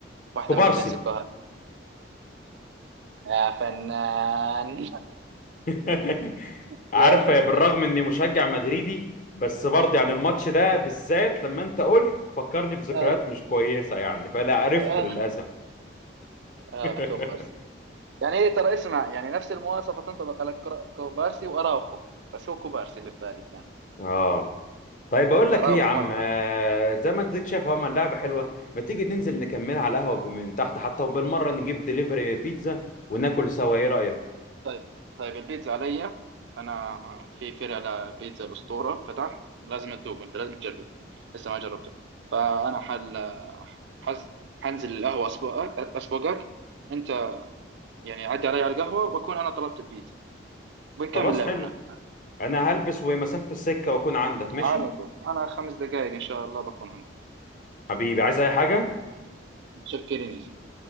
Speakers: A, on the right; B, on the left.
A: واحدة
B: كوبارسي
A: من الكلاسيكوهات يا فنان
B: <laughs>
A: <laughs>
B: عارف
A: يا فنان
B: بالرغم إني مشجع مدريدي بس برضه
A: آه.
B: يعني الماتش ده بالذات لما أنت قلت فكرني بذكريات
A: آه.
B: مش كويسة يعني فلا عرفته
A: آه.
B: للأسف
A: آه.
B: <laughs>
A: كوبارسي يعني هي ترى اسمع يعني نفس المواصفة تنطبق على كرا- كوبارسي وأراوخو بس هو كوبارسي اللي في بالي كان
B: اه طيب اقول لك
A: أراوخو
B: ايه يا عم
A: مرة
B: آه، زي ما انت شايف اهو اللعبه حلوه ما تيجي ننزل نكملها على القهوه من تحت حتى وبالمره نجيب دليفري بيتزا وناكل سوا ايه رايك
A: طيب طيب البيتزا عليا انا ه- في فرع لبيتزا الاسطوره فتح ولازم تدوقه انت لازم تجربه لسه ما جربته فانا حل حز... حنزل القهوه اسبوعك اسبوعك انت يعني عدي علي على القهوه واكون انا طلبت البيتزا بنكمل
B: خلاص
A: لعب
B: حلو
A: هناك عادي.
B: انا هلبس ومسافة السكة واكون عندك ماشي
A: على طول انا خمس دقائق ان شاء الله بكون هناك
B: حبيبي عايز اي حاجة
A: متشكرين يا سيدي.